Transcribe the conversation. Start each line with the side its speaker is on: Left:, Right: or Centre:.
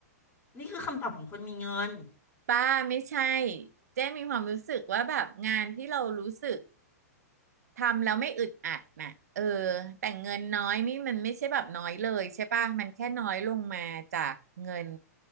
Left: นี่คือคำตอบของคนมีเงิน
Right: ป้าไม่ใช่เจ๊มีความรู้สึกว่าแบบงานที่เรารู้สึกทำแล้วไม่อึดอัดน่ะเออแต่เงินน้อยนี่มันไม่ใช่แบบน้อยเลยใช่ป่ะมันแค่น้อยลงมาจากเงิน